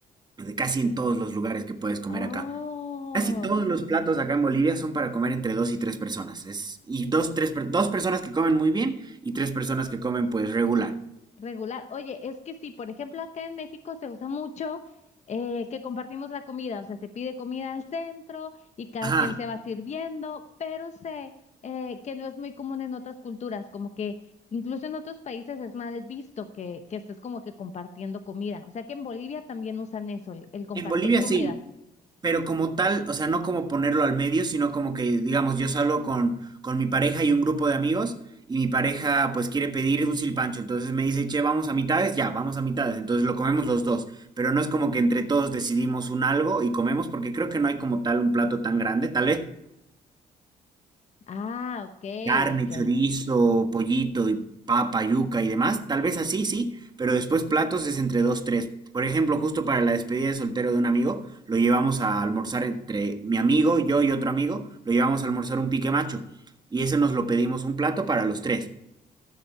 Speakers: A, on the right; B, on the left.
A: de casi en todos los lugares que puedes comer
B: Oh,
A: acá. Casi todos los platos acá en Bolivia son para comer entre dos y tres personas. Es, y dos, tres, per- dos personas que comen muy bien y tres personas que comen pues regular.
B: regular. Oye, es que sí, por ejemplo, acá en México se usa mucho eh, que compartimos la comida, o sea, se pide comida al centro y cada
A: Ajá.
B: quien se va sirviendo, pero sé eh, que no es muy común en otras culturas, como que incluso en otros países es mal visto que, que estés como que compartiendo comida. O sea, que en Bolivia también usan eso, el, el compartir
A: En Bolivia
B: comida.
A: sí, Pero como tal, o sea, no como ponerlo al medio, sino como que, digamos, yo salgo con, con mi pareja y un grupo de amigos, y mi pareja pues quiere pedir un silpancho, entonces me dice, che, vamos a mitades, ya, vamos a mitades, entonces lo comemos los dos, pero no es como que entre todos decidimos un algo y comemos, porque creo que no hay como tal un plato tan grande, tal vez
B: Ah, ok,
A: carne,
B: ok.
A: chorizo, pollito y papa, yuca y demás, tal vez así, sí, pero después platos es entre dos, tres. Por ejemplo, justo para la despedida de soltero de un amigo, lo llevamos a almorzar entre mi amigo, yo y otro amigo, lo llevamos a almorzar un pique macho. Y ese nos lo pedimos un plato para los tres.